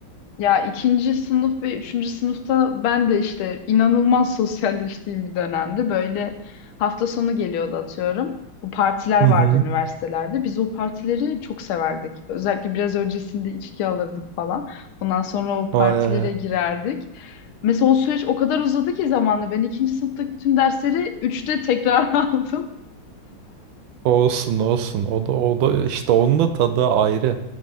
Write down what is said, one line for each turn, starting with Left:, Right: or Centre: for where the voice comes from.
Left: Ya ikinci sınıf ve üçüncü sınıfta ben de işte inanılmaz sosyalleştiğim bir dönemdi. Böyle hafta sonu geliyordu atıyorum. Bu partiler
Right: Hı
Left: vardı
Right: hı.
Left: üniversitelerde. Biz o partileri çok severdik. Özellikle biraz öncesinde içki alırdık falan. Ondan sonra o partilere
Right: Ay ay. ay.
Left: girerdik. Mesela o süreç o kadar uzadı ki zamanla ben ikinci sınıftaki tüm dersleri üçte tekrar <laughs> aldım.
Right: Olsun olsun. O da o da işte onun da tadı ayrı.